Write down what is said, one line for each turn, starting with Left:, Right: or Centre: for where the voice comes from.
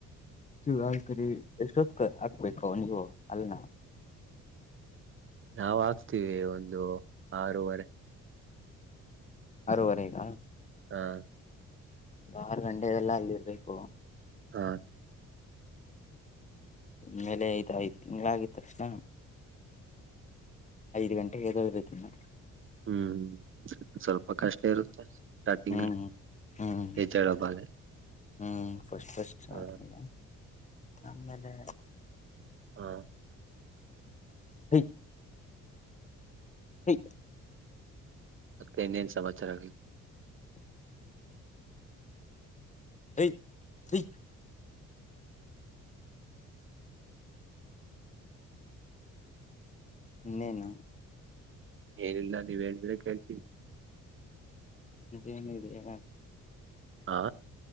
Left: ಹಲ್ ತರಿ ಎಷ್ಟ ಹ ಹಕ್ಬೇಕು ನೀವು ಅಲ್ನ
Right: ನಾವ್ ಹಾಕ್ತೀವಿ ಒಂದು ಆರೂವರೆ
Left: ಅರರುವರೆಗ
Right: ಹಾ
Left: ಆರ ಗಂಡೆಗೆಲ್ಲಾ ಅಲ್ಲಿ ಇರ್ಬೇಕು
Right: ಹಾ
Left: ಇ ಮೇಲೆ ಐದ ಐದ್ ತಿಂಗಳಗಿದ ತಕ್ಷಣ ಐದ್ ಗಂಟೆಗೆ ಎದಳ್ಬೇಕಿ ಇನ್ನ
Right: ಹ್ಮ್ ಸ್ವಲ್ಪ ಕಷ್ಟ ಇರುತ್ತೆ ಸ್ಟಾರ್ಟಿಂಗಲ್ಲಿ
Left: ಹ್ಮ್ ಹ್ಮ್
Right: ಹೆಜಬಾಗ
Left: ಹ್ಮ್ ಫಸ್ಟ್ ಫಸ್ಟ್
Right: ಹ
Left: ಆಮೇಲೆ ಆಮೇಲೆ
Right: ಹಾ
Left: <inaudible> ಹ್ಮ
Right: ಮತ್ತೆ ಇನ್ನೇನ್ ಸಮಾಚಾರ ಆಲಿ
Left: ಈ ನ ನ
Right: ಏನಿಲ್ಲ ನೀವ್ ಹೇಳಿದ್ರೆ ಕೇಳ್ತೀ
Left: ಅೇನಿದೆಲ್ಲ
Right: ಹಾ